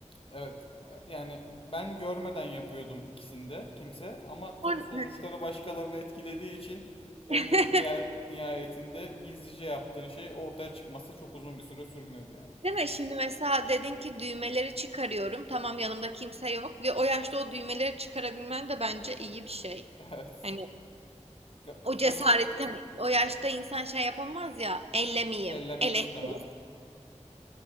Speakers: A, on the left (about 50°); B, on the right (about 55°).
A: Evet yani ben görmeden yapıyordum ikisinde kimse ama tabii
B: On...
A: sonuçları başkalarını etkilediği için elbet
B: <laughs>
A: niha- nihayetinde gizlice yaptığın şey ortaya çıkması çok uzun bir süre sürmüyordu yani.
B: Değil mi? Şimdi mesela dedin ki düğmeleri çıkarıyorum. Tamam yanımda kimse yok ve o yaşta o düğmeleri çıkarabilmen de bence iyi bir şey.
A: <laughs> Evet.
B: Hani
A: Ga
B: o
A: gazoz
B: cesareti hani o yaşta insan şey yapamaz ya ellemeyeyim,
A: ellemek
B: elektrik.
A: istemez.